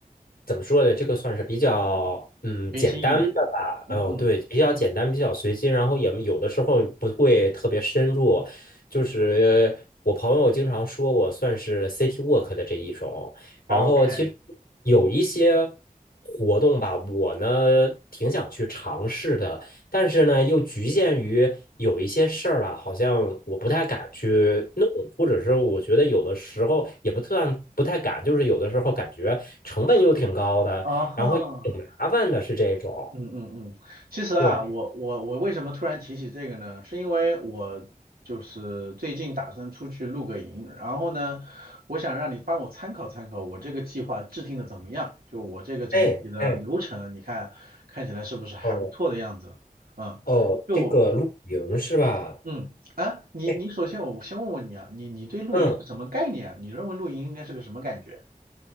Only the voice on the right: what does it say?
随心一点。嗯嗯
，OK。
啊哈，
嗯嗯嗯，其实啊，
我我我为什么突然提起这个呢？是因为我就是最近打算出去露个营，然后呢，我想让你帮我参考参考我这个计划制定的怎么样，就我这个整体的流程，
你看看起来是不是还不错的样子？
嗯，
就
嗯啊，你你首先我我先问问你啊，
你你对露营是什么概念啊？
你认为露营应该是个什么感觉？